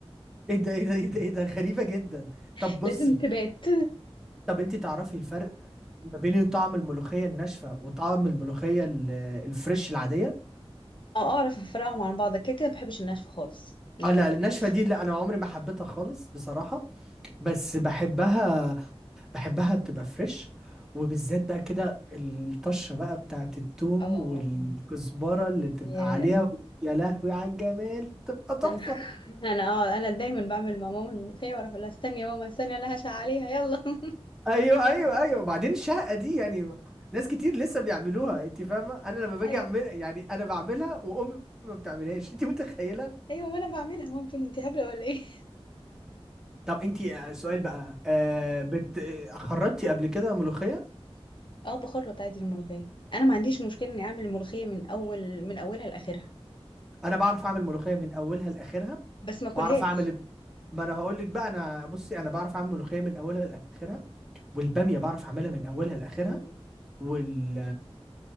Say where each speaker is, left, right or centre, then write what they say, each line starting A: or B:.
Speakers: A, in the centre; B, on the left.
A: ايه ده ايه ده ايه ده ايه ده غريبة جدا
B: <laughs>
A: طب بصي
B: لازم تبات
A: طب انت تعرفي الفرق ما بين طعم الملوخية الناشفة وطعم الملوخية ال- الفريش العادية
B: أه أعرف أفرقهم عن بعض كده كده ما بحبش الناشفة خالص يعني
A: اه لا
B: ما باكلهاش
A: الناشفة دي لا انا عمري ما حبيتها خالص بصراحة بس بحبها بحبها تبقى فريش وبالذات بقى كده الطشة بقى بتاعت التوم
B: اه
A: والكزبرة اللي بتبقى
B: ياه
A: عليها يا لهوي على الجمال بتبقى تحفة
B: <laughs> انا اه انا دايما بعمل مع ماما الملوخيه واروح اقول لها استني يا ماما استني انا هشع عليها يلا <laughs>
A: ايوه ايوه ايوه وبعدين الشهقة دي يعني ناس كتير لسه بيعملوها انت فاهمة انا لما باجي
B: ايوه
A: اعمل يعني انا بعملها وامي ما بتعملهاش انت متخيلة
B: ايوه ما انا بعملها ماما بتقول انت هبله ولا ايه
A: طب انت آه، سؤال بقى آه بت آه، خرطتي قبل كده ملوخية
B: <laughs> اه بخرط عادي الملوخيه انا ما عنديش مشكله اني اعمل الملوخيه من اول من اولها لاخرها
A: انا بعرف اعمل ملوخيه من اولها لاخرها
B: بس ما اكلهاش
A: بعرف اعمل ما انا هقول لك بقى انا بصي انا بعرف اعمل ملوخيه من اولها لاخرها والباميه بعرف اعملها من اولها لاخرها
B: مم.
A: وال